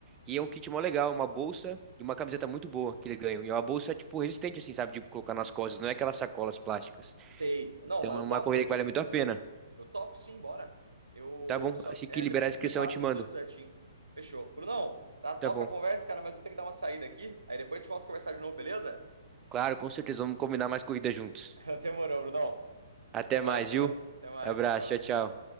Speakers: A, on the right; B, on the right.
A: E é um kit mó legal, uma bolsa e uma camiseta muito boa que eles ganham. E é uma bolsa, tipo, resistente, assim, sabe? De colocar nas costas, não é aquelas sacolas plásticas.
B: Sei. Não,
A: Então
B: mas eu
A: é uma
B: topo.
A: corrida
B: Eu,
A: que vale muito a pena.
B: eu topo sim, bora. Eu
A: Tá bom?
B: só.
A: Assim que
B: É,
A: liberar
B: depois
A: a inscrição,
B: você me passa
A: eu te mando.
B: tudo certinho. Fechou. Brunão, tá top
A: Tá bom.
B: a conversa, cara, mas vou ter que dar uma saída aqui. Aí depois a gente volta a conversar de novo, beleza?
A: Claro, com certeza, vamos combinar mais corridas juntos.
B: <laughs> Demorou, Brunão.
A: Até
B: Um abraço,
A: mais, viu?
B: mano. Até mais.
A: Abraço,
B: Tchau, tchau.
A: tchau, tchau.